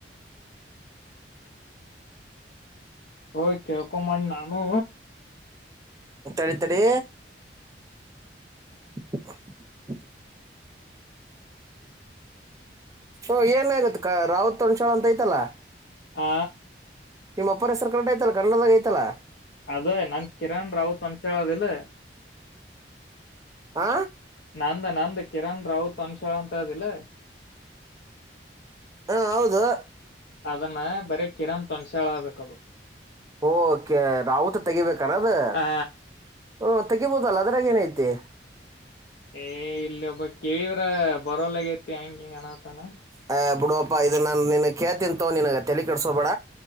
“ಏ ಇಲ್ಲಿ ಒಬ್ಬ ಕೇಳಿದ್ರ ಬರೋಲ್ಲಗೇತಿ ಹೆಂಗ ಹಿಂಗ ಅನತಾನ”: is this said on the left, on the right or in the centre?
Left